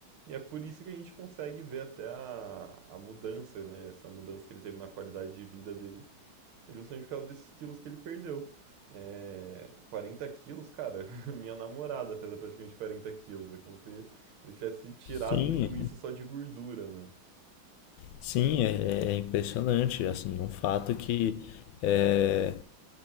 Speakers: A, on the right (about 80°); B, on the left (about 75°).
A: E é por isso que a gente consegue ver até a, a mudança, né? Essa mudança que ele teve na qualidade de vida dele. É Justamente por causa desses quilos que ele perdeu. É, 40 quilos, cara, <laughs> minha namorada pesa praticamente 40 quilos. É como se ele tivesse tirado
B: sim,
A: tudo isso só de gordura, né?
B: sim, é, é impressionante, assim, um fato que, é,